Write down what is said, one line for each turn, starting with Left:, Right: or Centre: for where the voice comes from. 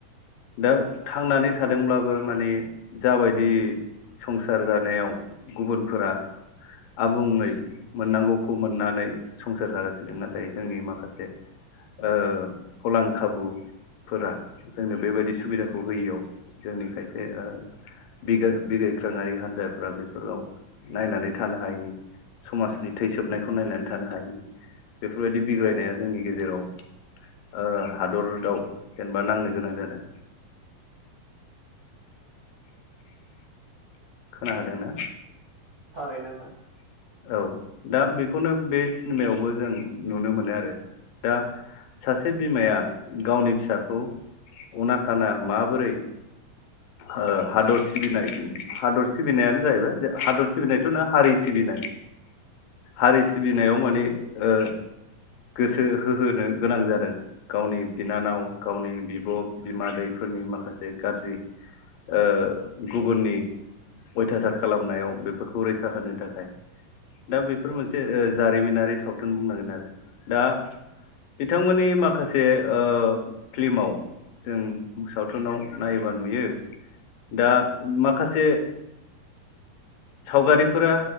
Left: दा
Right: औ
Left: थांनानै थादोंब्लाबो माने जाबायदि संसार जानायाव गुबुनफोरा आबुङै मोननांगौखौ मोननानै संसार जागासिनो नाथाय जोंनि माखासे ओ फलान खाबुफोरा जोंनो बेबायदि सुबिदाखौ होयियाव जोंनि खायसे ओ बिगा बिग्राइखाङारि हान्जाफ्रा बेफोराव नायनानै थानो हायैनि समाजनि थैसोबनायखौ नायनानै थानो हायैनि बे बेफोरबायदि बिग्रायनाया
Right: औ
Left: जोंनि गेजेराव ओ हादरदाव जेनेबा नांनो गोनां जादों खोना हादोंना?
Right: थारैनो नोंथां
Left: औ दा बेखौनो बे सिनेमायावबो जों नुनो मोनो आरो दा सासे बिमाया गावनि फिसाखौ अना खाना माबोरै अ हादर सिबिनाय हादर सिबिनायानो जाहैबाय हादर सिबिनायथ नङा हारि सिबिनाय हारि सिबिनायाव माने ओ गोसो होहोनो गोनां जादों गावनि बिनानाव गावनि बिब बिमादैफोरनि माखासे गाज्रि ओ गुबुननि अयथासार खालामनायाव बेफोरखौ रैखा होनो थाखाय दा बेफोर मोनसे ओ जारिमिनारि सावथुन बुंनांगोन आरो दा बिथांमोननि माखासे ओ फिल्माव जों सावथुनाव नायोब फोर नुयो दा माखासे सावगारिफोरा